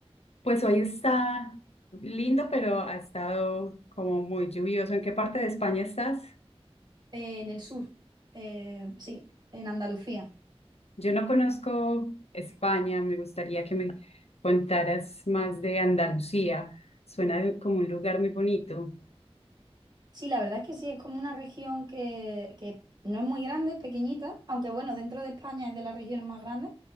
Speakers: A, on the left (about 75°); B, on the right (about 45°).
A: Pues hoy está lindo, pero ha estado como muy lluvioso. ¿En qué parte de España estás?
B: Eh, en el sur, eh, sí, en Andalucía.
A: Yo no conozco España, me gustaría que me contaras más de Andalucía. Suena como un lugar muy bonito.
B: Sí, la verdad es que sí, es como una región que, que no es muy grande, es pequeñita, aunque bueno, dentro de España es de las regiones más grandes